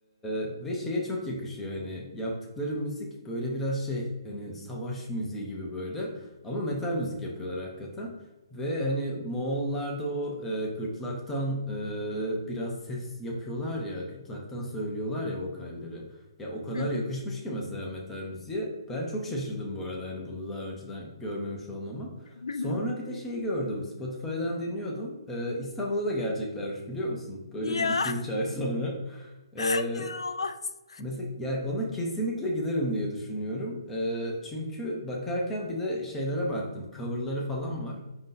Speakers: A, in the centre; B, on the left (about 85°).
A: e, ve şeye çok yakışıyor hani yaptıkları müzik böyle biraz şey hani savaş müziği gibi böyle ama metal müzik yapıyorlar hakikaten. Ve hani Moğollarda o e, gırtlaktan e, biraz ses yapıyorlar ya, gırtlaktan söylüyorlar ya vokalleri. Ya o kadar
B: Hı
A: yakışmış ki mesela metal müziğe. Ben çok şaşırdım bu arada hani bunu daha önceden görmemiş olmama.
B: hı.
A: Sonra
B: <laughs>
A: bir de şeyi gördüm, Spotify'dan dinliyordum. E, İstanbul'a da geleceklermiş biliyor musun? Böyle
B: Ya
A: bir iki üç ay sonra. E,
B: <laughs> inanılmaz.
A: Mesela yani ona kesinlikle giderim diye düşünüyorum. E, çünkü bakarken bir de şeylere baktım. Coverları falan var.